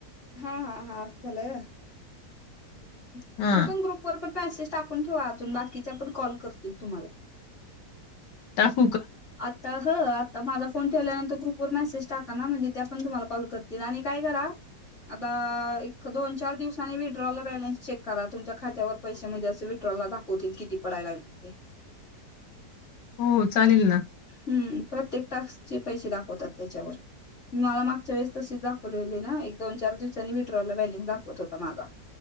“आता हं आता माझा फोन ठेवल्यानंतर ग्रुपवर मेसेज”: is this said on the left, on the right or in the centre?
Left